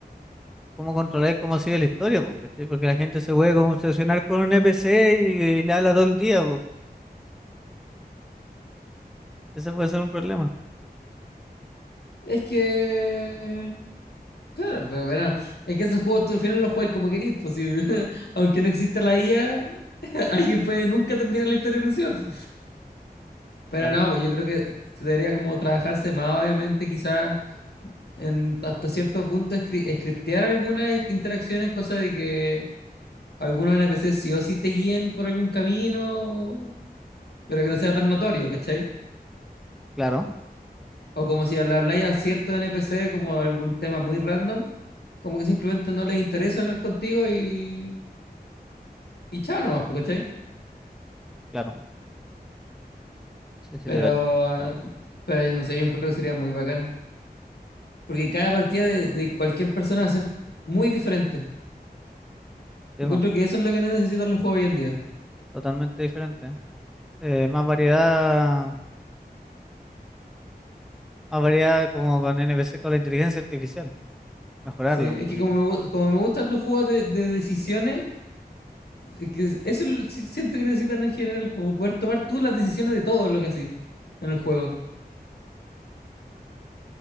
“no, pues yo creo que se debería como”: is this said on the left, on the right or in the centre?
Left